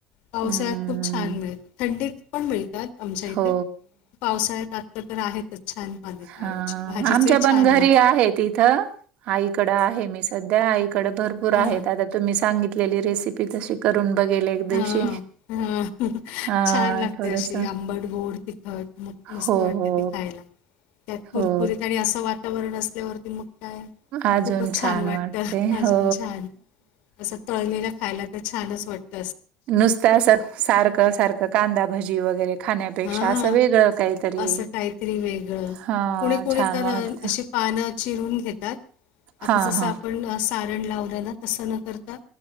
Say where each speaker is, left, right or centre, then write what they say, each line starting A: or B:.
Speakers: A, on the left; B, on the right.
A: पावसाळ्यात
B: हम्म.
A: खूप छान मिळत थंडीत पण मिळतात आमच्या इथे
B: हो
A: पावसाळ्यात त्यात तर आहेतच छान पानं
B: हा
A: आळूचे भाजीचही
B: आमच्या पण
A: छान
B: घरी
A: वाटत.
B: आहेत इथं आईकडं आहे मी सध्या आईकडं भरपूर आहेत
A: हां,
B: आता तुम्ही सांगितलेली रेसिपी तशी करून बघेल ए दिवशी
A: हां, हां.
B: हां
A: छान लागते
B: थोडस.
A: अशी आंबट, गोड तिखट मस्त
B: हो
A: वाट
B: हो
A: ते खायला त्यात कुरकुरीत
B: हो
A: आणि अस वाट वातावरण असल्यावर तर मग काय
B: अजून
A: खूपच छान वाटत
B: वाटते
A: अजून
B: हो
A: छान असं तळलेल्या खायला तर छानच वाट
B: नुसत असं सारखं सारखं कांदा भजी वगैरे खाण्या पेक्षा
A: हां.
B: असं वेगळं काहीतरी
A: असं काहीतरी वेगळं
B: हा
A: कुणी कुणी
B: छान
A: तर
B: वाटत.
A: अ, अशी पानं चिरून घेतात. आता
B: हा
A: जसं
B: हा
A: आपण सारण लावलं ना तसं न करता